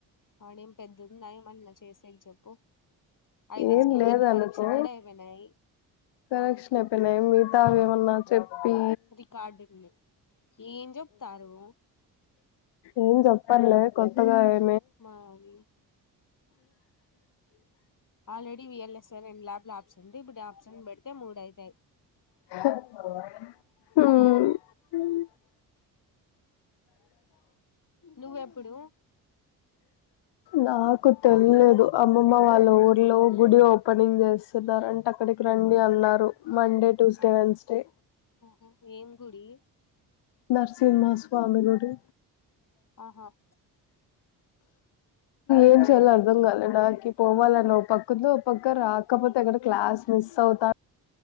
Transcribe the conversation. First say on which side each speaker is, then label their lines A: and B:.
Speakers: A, on the left; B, on the left.
A: ఆడేం పెద్దుందా ఏమన్న చేస్ ఏం చెప్పు ఐదు
B: ఏం
A: ఎక్స్పెరిమెంట్లు
B: లేదనుకో
A: కరెక్షన్ కూడా అయిపోయినాయి
B: కరెక్షన్
A: ఆ
B: అయిపోయినాయి మితావి ఏవన్నా చెప్పి
A: రికార్డుంది ఏం జెప్తారు
B: ఏం జప్పర్లే కొ తగాయే
A: మారీ already V L S I రెండ్ ల్యాబ్లు ఆప్సెంట్ ఇప్పుడు ఆప్సెంట్ బెడితే మూడయితాయి
B: హు
A: నువ్వెప్పుడు
B: నాకు తెల్లేదు అమ్మమ్మ వాళ్ళ ఊర్లో గుడి ఓపెనింగ్ చేస్తున్నరంట అక్కడికి రండ్ ఇగన్నారు మండే ట్యూస్డే
A: ఆహా
B: వెన్స్డే
A: ఆహా ఏం గుడి
B: నరసింహ స్వామి గుడి
A: ఆహా
B: ఏం చేయాలో అర్థం కాలే నాకి పోవాలనొప్ కుందు ఒపక్క రాకపోతే గుడ అక్కడ క్లాస్ మిస్ అవుతా